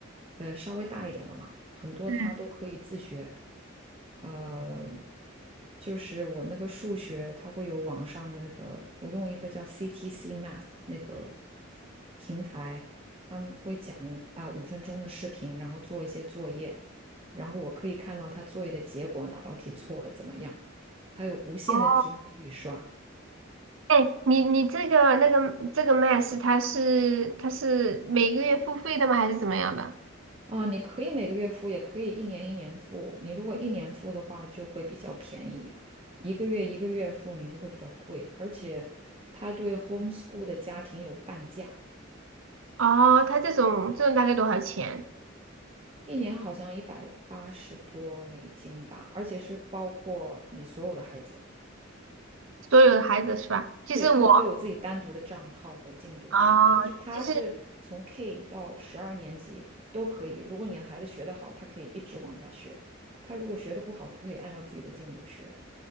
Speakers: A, on the right; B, on the right.
A: 呃，稍微大一点了嘛，很多他都可以自学。
B: 嗯，
A: 呃，就是我那个数学，它会有网上的那个，我用一个叫 CTC Math 那个平台，他们会讲啊五分钟的视频，然后做一些作业，然后我可以看到他作业的结果，哪道题错了怎么样，他有无限的题目可以刷。
B: 哦，哎，你你这个那个这个 Max 它是它是每个月付费的吗？还是怎么样的？
A: 嗯，你可以每个月付，也可以一年一年付。你如果一年付的话，就会比较便宜；一个月一个月付，你就会比较贵。而且，他对 homeschool 的家庭有半价，
B: 哦，它这种这种大概多少钱？
A: 一年好像一百八十多美金吧，而且是包括你所有的孩子，
B: 所有的孩子是吧？就是我
A: 对，他们都有自己单独的账号和进度表，
B: 啊，
A: 就是他是从
B: 就是
A: K 到十二年级都可以。如果你的孩子学得好，他可以一直往下学；他如果学得不好，他可以按照自己的进度学。